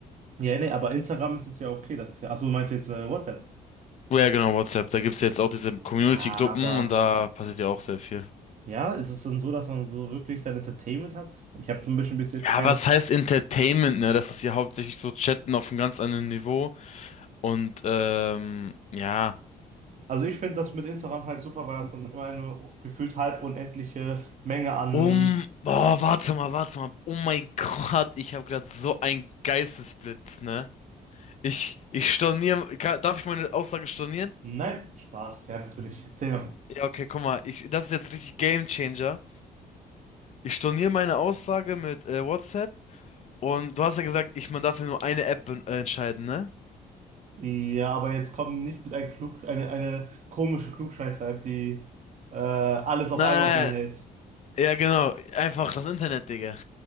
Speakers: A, on the right; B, on the left.
A: Ja, nee, aber Instagram ist es ja okay, dass achso, meinst du jetzt äh, WhatsApp?
B: Ja, genau, WhatsApp. Da gibt's jetzt auch diese
A: Ja,
B: Community-Gruppen
A: aber
B: und da passiert ja auch sehr viel.
A: ja, ist es dann so, dass man so wirklich dann Entertainment hat? Ich habe so ein bisschen bis jetzt
B: Ja,
A: keine
B: was heißt Entertainment, ne? Das ist ja hauptsächlich so Chatten auf einem ganz anderen Niveau. Und ähm, ja.
A: Also ich finde das mit Instagram halt super, weil das dann immer eine gefühlt halb unendliche Menge an...
B: Um. Boah, warte mal, warte mal. Oh mein Gott, ich habe gerade so einen Geistesblitz, ne? Ich, ich storniere. Kann, darf ich meine Aussage stornieren?
A: Nein, Spaß, ja natürlich, erzähl mal.
B: Ja, okay, guck mal, ich, das ist jetzt richtig Game Changer. Ich storniere meine Aussage mit äh, WhatsApp und du hast ja gesagt, ich, man darf ja nur eine App ben- äh, entscheiden, ne?
A: Ja, aber jetzt kommen nicht mit ein Klug, eine, eine komische Klugscheißer-App, die äh, alles auf
B: Nein,
A: einmal beinhält.
B: Ja, genau. Einfach das Internet, Digga.